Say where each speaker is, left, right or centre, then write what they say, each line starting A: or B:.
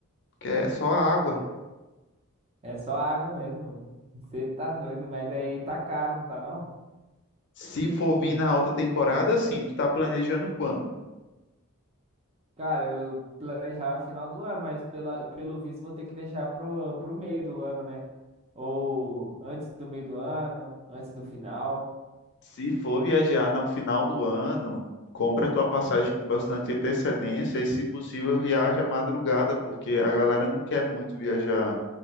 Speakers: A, on the left; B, on the right.
A: que é só a água.
B: É só água mesmo. Você tá doido, mas aí tá caro, não tá não?
A: Se for vir na alta temporada, sim, tu tá planejando quando?
B: Cara, eu planejava final do ano, mas pela, pelo visto vou ter que deixar pro, pro meio do ano, né? Ou antes do meio do ano, antes do final.
A: Se for viajar no final do ano, compra tua passagem com bastante antecedência e, se possível, viaja à madrugada, porque a galera não quer muito viajar